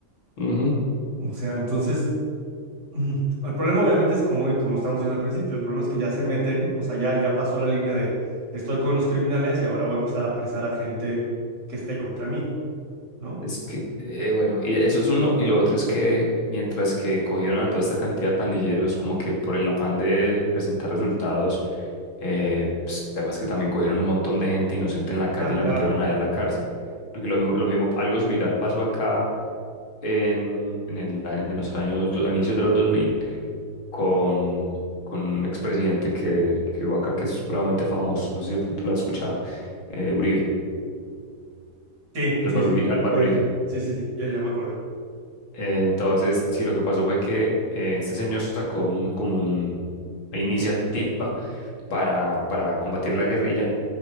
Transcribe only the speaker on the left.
<laughs>
Es que, eh, bueno, y eso es uno, y lo otro es que mientras que cogieron a toda esta cantidad de pandilleros, como que por el afán de presentar resultados, eh, pues, además que también cogieron un montón de gente inocente en la calle
y
la metieron
allá a la cárcel. Porque lo mismo, lo mismo, algo similar pasó acá en, en el, a- en los años, do- a inicios de los 2000 con, con un expresidente que, que hubo acá que es supremamente famoso, no sé si de pronto lo has escuchado, eh, Uribe,
Álvaro
Uri- Álvaro
Uribe.
Eh, Entonces, sí, lo que pasó fue que eh, este señor sacó un, como un- una iniciativa para, para combatir la guerrilla,